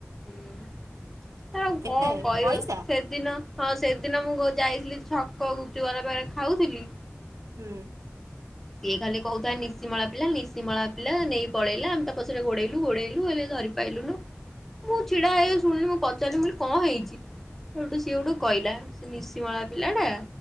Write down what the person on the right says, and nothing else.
କେତେ
ପଇସା
ହୁଁ।